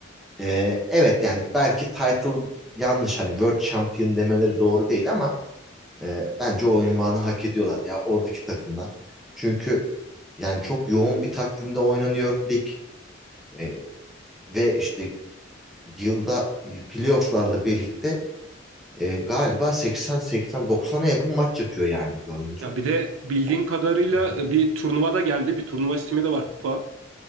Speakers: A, in the centre; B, on the right.
A: e, evet yani belki title yanlış hani World Champion demeleri doğru değil ama ee, bence o unvanı hak ediyorlar ya oradaki takımlar. Çünkü yani çok yoğun bir takvimde oynanıyor lig. Ee, ve işte yılda e, playofflarla birlikte e, galiba 80-80-90'a yakın maç yapıyor yani bir oyuncu.
B: Ya bir de bildiğin
A: Yani,
B: kadarıyla
A: hı hı.
B: e, bir turnuva da geldi. Bir turnuva sistemi de var kupa.